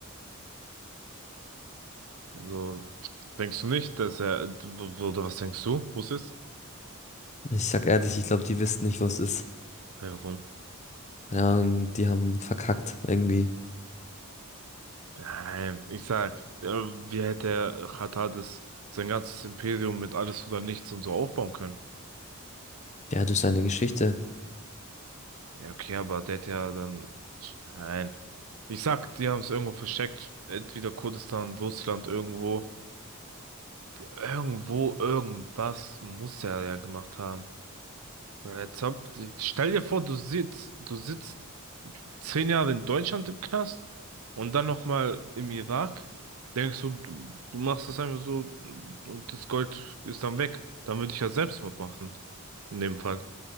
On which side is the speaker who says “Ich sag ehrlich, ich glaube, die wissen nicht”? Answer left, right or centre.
Left